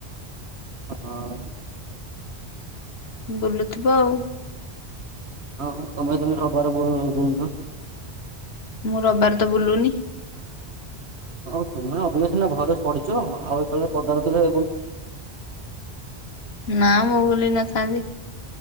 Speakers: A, on the right (about 85°); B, on the left (about 70°).
A: ହଁ।
B: ବୁଲୁଥିବ ଆଉ।
A: ଆଉ ତମେ ତମ ରବିବାର ବୁଲଛ।
B: ମୁଁ ରବିବାରେ ତ ବୁଲୁନି।
A: ଆଉ ତମେ ମାନେ ଅଭିିକା ସିନା ଘରେ ପଢ଼ୁଛ ଆଉ ଯେତେବେଳେ ପଦାରୁଥିଲେ।
B: ନା ମୁଁ ବୁଲି ନଥାନ୍ତି।